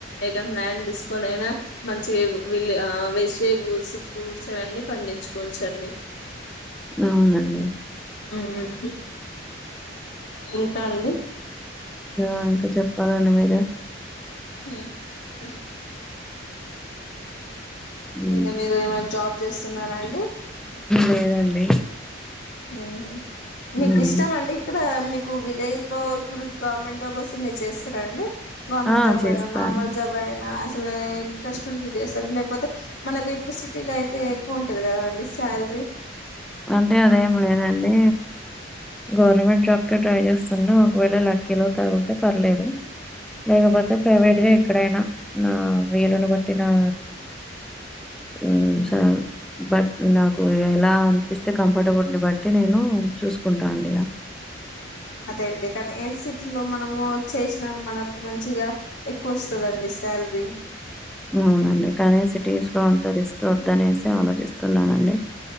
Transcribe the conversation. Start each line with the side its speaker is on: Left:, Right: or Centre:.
Left: ఎకరం ల్యాండ్ దీసుకొని అయినా మంచిగా విల్ ఆ వెజిటేబుల్స్ ఫ్రూట్స్ అవన్నీ పండిచ్చుకోంచండి.
Centre: అవునండి.
Left: హ్మ్ ఇంత అండి.
Centre: ఆ ఇంకా చెప్పాలండి మీరు
Left: హ్మ్
Centre: హ్మ్.
Left: ఇంకా మీరు ఏమైనా జాబ్ చేస్తున్నారా అండి.
Centre: లేదండి.
Left: హ్మ్
Centre: హ్మ్.
Left: మీకు ఇష్టమండి ఇక్కడా మీకు విలేజ్ లో ఇప్పుడు గవర్నమెంట్ జాబ్ వస్తే మీరు చేస్తారండి గవర్నమెంట్
Centre: ఆ!
Left: జాబ్
Centre: చేస్తాను.
Left: అయినా నార్మల్ జాబ్ అయినా ఇంట్రెస్ట్ ఉంటే చేస్తారు లేకపోతే మనకు ఇప్పుడు సిటీలో అయితే ఎక్కువ ఉంటది కదా అండి సాల్రీ
Centre: అంటే అదేం లేదండి గవర్నమెంట్ జాబ్ కె ట్రై చేస్తుండు ఒకవేళ లక్కీలో తాగుళ్తే పర్లేదు లేకపోతే ప్రైవేట్ గా ఎక్కడైనా నా వీలును బట్టిన నా హ్మ్ సాల్ బట్ నాకు ఎలా ఇస్తే కంఫరటబుల్ బట్టి నేను చూసుకుంటా అండి ఇగ
Left: అదే అండి కానీ ఏ సిటీ లో మనము చేసినా మనకు మంచిగా ఎక్కువ వస్తదండి. సాల్రీ
Centre: అవునండి కానీ సిటీస్ లో అంత రిస్క్ వద్దనేసి ఆలోచిస్తున్నానండి.